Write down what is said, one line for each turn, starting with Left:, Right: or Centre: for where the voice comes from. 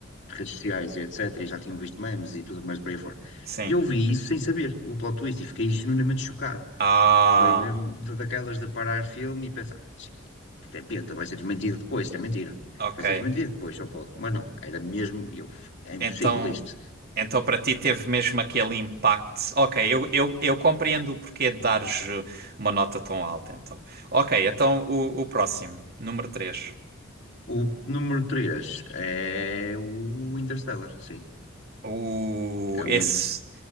Left: redes sociais e etc. E já tinham visto memes e tudo mais por aí fora.
Right: sim.
Left: E eu vi isso sem saber, o plot twist, e fiquei genuinamente chocado.
Right: Ah,
Left: Foi mesmo de- daquelas de parar filme e pensar, isto é peta, vai ser desmentido depois, isto é mentira.
Right: ok.
Left: Isto Vai ser desmentido depois, só pode. Mas não, era mesmo, eu, é impossível
Right: Então.
Left: isto.
Right: Então, para ti, teve mesmo aquele impacto. Ok, eu, eu, eu compreendo o porquê de dares uh, uma nota tão alta, então. Ok, então o, o próximo, número três.
Left: O número 3 é o Interstellar, sim.
Right: O,
Left: É,
Right: esse,
Left: o, Inter-